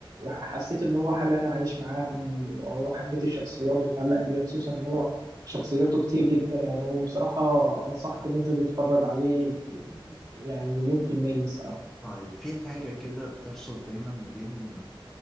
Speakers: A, on the right (about 40°); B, in the centre.
A: حسيت إن هو حاجة أنا عايش معاهم وحبيت الشخصيات واتعلقت بيها خصوصا إن هو شخصياته كتير جدا يعني هو بصراحة أنصحك إن أنت تتفرج عليه يعني مليون في المية الصراحة
B: طيب في حاجة كده بتحصل دايما ما بين